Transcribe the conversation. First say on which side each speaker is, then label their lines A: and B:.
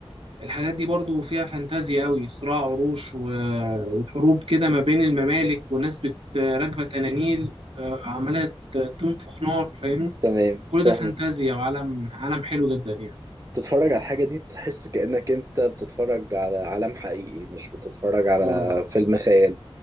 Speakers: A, on the right; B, on the right.
A: الحاجات دي برضو فيها فانتازيا قوي صراع عروش و- وحروب كده ما بين الممالك وناس بت- راكبة تنانيل آه، عمالة تنفخ نار فاهمني
B: تمام
A: كل
B: فاهم
A: ده فانتازيا وعالم عالم حلو جدا يعني
B: تتفرج على الحاجه دي تحس كانك انت بتتفرج على عالم حقيقي مش بتتفرج على
A: اه
B: فيلم خيال